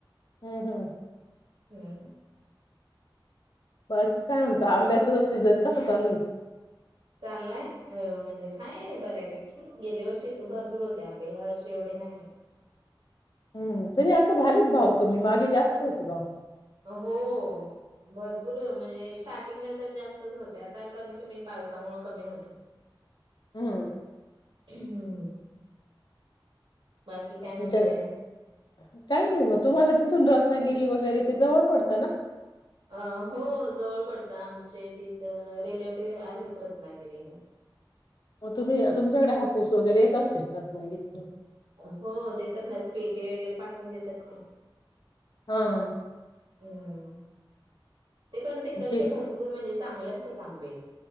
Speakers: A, on the left; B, on the right.
A: हम्-हम्-हम्
B: हम्म
A: बाकी काय म्हणता? आंब्याचं सीझन कसं चालूये?
B: चाललाय अं म्हणजे हाय बऱ्यापैकी. गेल्या वर्षी भरपूर होते आंबे ह्या वर्षी एवढे नाही.
A: हम्म, तरी आता झालेत भाव कमी मागे जास्त होते भाव.
B: हो, भरपूर म्हणजे स्टार्टिंगला तर जास्तच होते. आता कमी-कमी पावसामुळे कमी होतंय.
A: हम्
B: हम्म
A: <unintelligible>
B: बाकी काय
A: काही
B: म्हणताय आणि
A: नाही म तुम्हाला तिथून रतगी ते वगैरे ते जवळ पडत ना?
B: अं हो, जवळ पडतं आमचे तिथ न रिलेटिव आहेत रत्नागिरीला.
A: म तुम्ही तुमच्याकडे हापूस वगैरे येत असेल रत्नागिरीहुन.
B: हो देतात ना पेटे वगैरे पाठवून देतात ते.
A: हां
B: अम् ते पण तिकचे
A: जे
B: भरपूर म्हणजे चांगले असतेत आंबे.